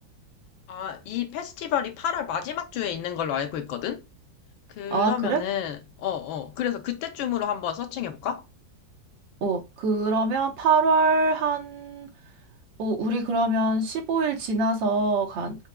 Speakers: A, on the left (about 85°); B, on the right (about 75°).
A: 아, 이 페스티벌이 8월 마지막 주에 있는 걸로 알고 있거든? 그러면은,
B: 아, 그래?
A: 어, 어, 그래서 그때쯤으로 한번 서칭해볼까?
B: 어, 그러면 8월 한, 어, 우리 그러면 15일 지나서 가,